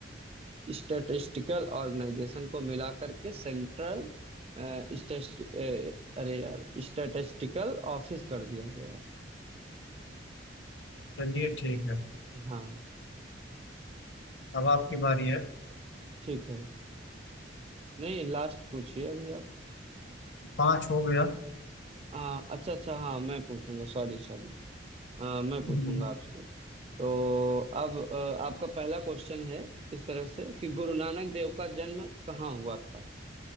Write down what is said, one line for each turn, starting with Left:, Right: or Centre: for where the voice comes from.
Right: स्टेटिस्टिकल ऑर्गेनाइजेशन को मिला करके सेंट्रल अ, स्टेट अ, अरे यार स्टैटिस्टिकल ऑफिस कर दिया गया है
Left: चलिए ठीक है
Right: हाँ
Left: अब आपकी बारी है
Right: ठीक है नहीं लास्ट पूछिए अभी आप
Left: पाँच हो गया
Right: आ, अच्छा अच्छा हाँ मैं पूछूंगा सॉरी सॉरी आ, मैं पूछूंगा
Left: हम्म,
Right: आपसे तो अब अ, आपका पहला क्वेश्चन है इस तरह से कि गुरु नानक देव का जन्म कहाँ हुआ था